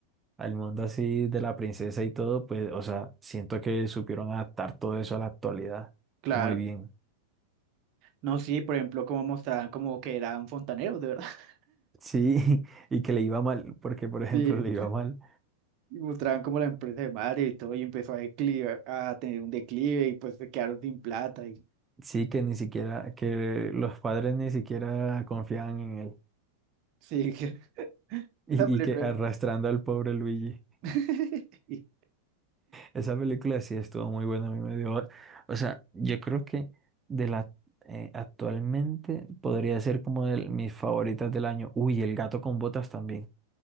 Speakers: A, on the right (about 15°); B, on the right (about 40°).
A: al mundo así de la princesa y todo, pues, o sea, siento que supieron adaptar todo eso a la actualidad
B: claro.
A: muy bien.
B: No, sí, por ejemplo, como mostraban como que eran fontaneros, de verdad. <laughs>
A: Sí, <laughs> y que le iba mal, porque por ejemplo
B: Sí,
A: le iba mal.
B: y mostraban como la empresa de Mario y todo, y empezó a declive, a tener un declive y pues se quedaron sin plata y
A: Sí, que ni siquiera, que los padres ni siquiera confiaban en él.
B: sí, que <laughs>
A: Y,
B: esa película.
A: y que arrastrando al pobre Luigi.
B: <laughs> y-
A: Esa película sí estuvo muy buena, a mí me dio. O sea, yo creo que de la eh, actualmente podría ser como de mis favoritas del año. Uy, El gato con botas también.